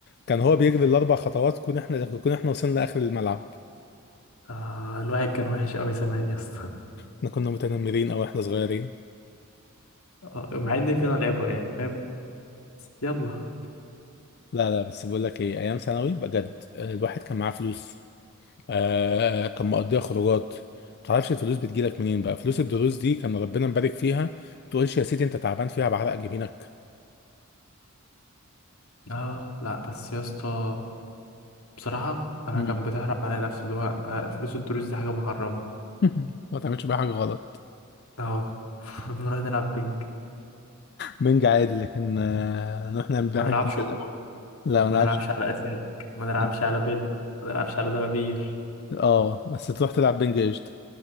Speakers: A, on the left (about 50°); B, on the left (about 80°).
A: كان هو بيجري الاربع خطوات كون احنا كون احنا وصلنا اخر الملعب
B: آه الواحد كان وحش قوي زمان يا اسطى
A: احنا كنا متنمرين او احنا صغيرين
B: آه مع ان فينا العبر يعني فاهم يلا
A: لا لا بس بقول لك ايه ايام ثانوي بجد آه، الواحد كان معاه فلوس آه كان مقضيها خروجات متعرفش الفلوس بتجيلك منين بقى فلوس الدروس دي كان ربنا مبارك فيها تقولش يا سيدي انت تعبان فيها بعرق جبينك
B: اه لا بس يا اسطى بصراحه انا
A: مم.
B: كان بتحرم على نفسي اللي هو آه فلوس الدروس دي حاجه محرمه
A: <laughs> ما تعملش بيها حاجه غلط
B: اه <laughs> نروح نلعب بينج
A: بنج عادي لكن آه نروح نعمل بيها
B: ما
A: حاجه
B: نلعبش
A: تانية.
B: قمار
A: لا ما
B: ما
A: نلعبش
B: نلعبش على اسلاك ما نلعبش
A: <laughs>
B: على بيلي ما نلعبش على دبابير
A: اه بس تروح تلعب بنج قشطه